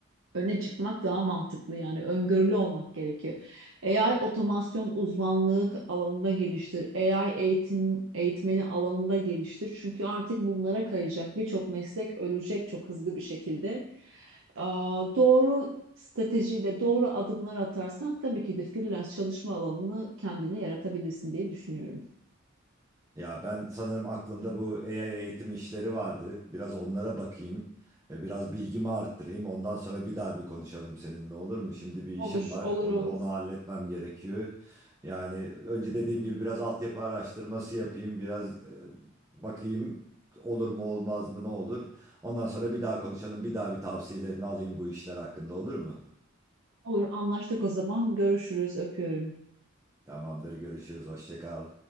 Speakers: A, on the right; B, on the right.
A: öne çıkmak daha mantıklı yani öngörülü olmak gerekiyor. AI otomasyon uzmanlık alanında geliştir. AI eğitim eğitmeni alanında geliştir. Çünkü artık bunlara kayacak birçok meslek ölecek çok hızlı bir şekilde. Aa, doğru stratejiyle doğru adımlar atarsan tabii ki de freelance çalışma alanını kendine yaratabilirsin diye düşünüyorum.
B: Ya ben sanırım aklımda bu AI eğitim işleri vardı. Biraz onlara bakayım. e, Biraz bilgimi arttırayım. Ondan sonra bir daha bir konuşalım seninle olur mu? Şimdi bir
A: Olur,
B: işim var.
A: olur,
B: Onu,
A: olur.
B: onu halletmem gerekiyor. Yani önce dediğim gibi biraz altyapı araştırması yapayım. Biraz e, bakayım olur mu olmaz mı ne olur. Ondan sonra bir daha konuşalım. Bir daha bir tavsiyelerini alayım bu işler hakkında olur mu?
A: Olur, anlaştık o zaman. Görüşürüz, öpüyorum.
B: Tamamdır görüşürüz. Hoşça kal.